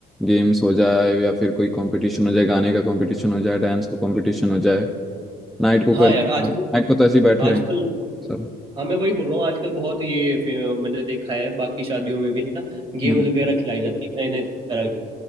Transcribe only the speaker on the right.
हाँ
यार आजकल
आजकल
हाँ मैं वही बोल रहा हूँ आजकल बहुत ये फे- मैंने देखा है बाकी शादियों में भी ना गेम्स
वगैरह खिलाई जाती है नए नए तरह की